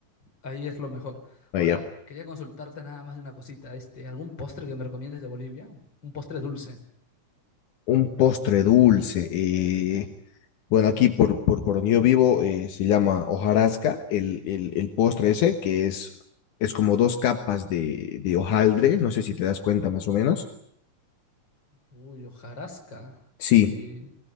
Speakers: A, on the left; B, on the left.
A: ahí es lo mejor.
B: Allá.
A: Ahora, quería consultarte nada más de una cosita, este, algún postre que me recomiendes de Bolivia, un postre dulce.
B: Un postre dulce. eh, bueno, aquí por, por, por donde yo vivo eh, se llama hojarasca, el, el, el postre ese, que es, es como dos capas de, de hojaldre, no sé si te das cuenta más o menos.
A: Uy, hojarasca,
B: Sí,
A: y